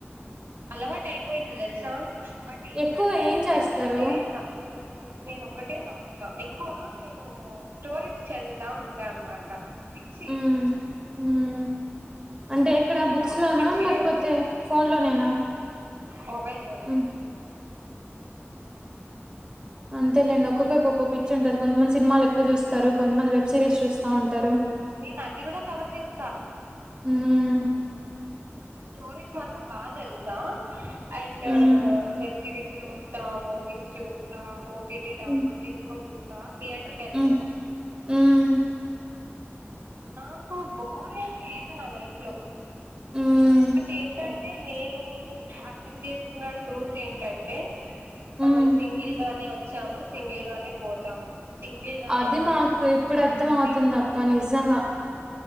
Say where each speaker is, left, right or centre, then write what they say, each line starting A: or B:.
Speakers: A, on the right; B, on the right.
A: అలవాటు అయిపోయింది తెలుసా. బట్ ఏంటంటే
B: ఎక్కువ ఏం చేస్తారు
A: నేన ఒక్కటే నేన ఒక్కటే నమ్మదు ఎక్కువ నేను స్టోరీస్ చదుతా ఉంటా అన్నమాట పిచ్చి
B: హ్మ్ హ్మ్ అంటే ఎక్కడ బుక్స్
A: మామూలు
B: లోనా
A: పిచ్చి
B: లేకపోతే
A: కాదు
B: ఫోన్ లోనేనా
A: మొబైల్ లోనే
B: హ్మ్ అంతేలేం ఒక్కొక్కరికి ఒక్కో పిచ్చి ఉంటది కొంతమంది సినిమాలు ఎక్కువ చూస్తారు కొంతమంది వెబ్ సిరీస్ చూస్తా ఉంటారు
A: నేను అది కూడా కవర్ చేస్తా
B: హ్మ్
A: స్టోరీస్ మాత్రం బాగా చదువుతా అండ్
B: హ్మ్
A: వెబ్ సిరీస్ చూస్తా మూవీస్ చూస్తా ఓటీటి డౌన్లోడ్
B: హ్మ్
A: చేసుకొని చూస్తా థియేటర్కి ఎళ్లను
B: హ్మ్ హ్మ్
A: నాకు బోరేం లేదు నా లైఫ్ లో
B: హ్మ్
A: బట్ ఏంటంటే నేను అర్థం చేసుకున్న ట్రూత్ ఏంటంటే
B: హ్మ్
A: మనం సింగిల్ గానే వచ్చాము సింగిల్ గానే పోతాము. సింగిల్ గానే
B: అది
A: ఉంటాము
B: మాకు ఇప్పుడు అర్థం
A: మధ్యలో
B: అవుతుంది అక్క నిజంగా